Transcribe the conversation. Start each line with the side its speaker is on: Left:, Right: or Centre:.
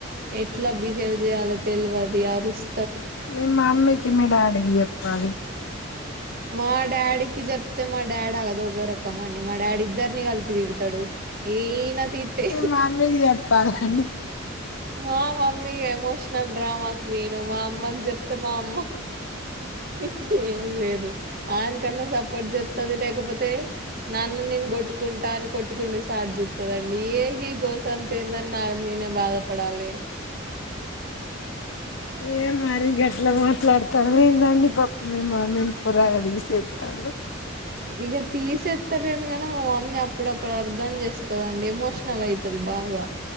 Right: ఎట్లా బిహేవ్ చేయాలి తెలియది అరుస్
Left: మీ మమేకి మి డాడి కి చెప్పాలి
Right: మా డాడీకి జబ్తే మా డాడ అదోగర క్కమ్మండి మా డాడ్ ఇద్దరిని కలిపి ఇడతాడు ఏన త ఇట్టే
Left: మీ మమ్మీకి చెప్పాలండి
Right: మా మమ్మీ ఎమోషనల్ డ్రామాకు క్వీన్ మా అమ్మకి చెప్తా మామ్ ఇంకేం లేదు ఆయనకన్నా సపోర్ట్ చేస్తుంది లేకపోతే, నన్ను నేను కొట్టుకుంటా అని కొట్టుకుంటే స్టార్ట్ చెస్తదండి, ఏగి గోసంత ఏందని నా నేనే బాధ పడాలి
Left: ఏ మరి గట్లా మాట్లాడతాను లేందండి పాప మే మామ్మీని పురాగా దిసెల్తాళ్ళు
Right: ఇక తీసెత్తలేను గానీ, మా మమ్మీ అప్పుడప్పుడు అర్ధం చేసుకోదండి ఎమోషనల్ అయితది బాగా